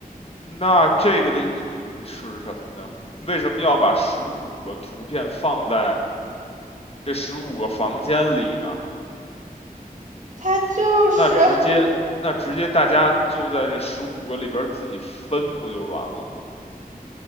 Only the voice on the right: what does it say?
他就是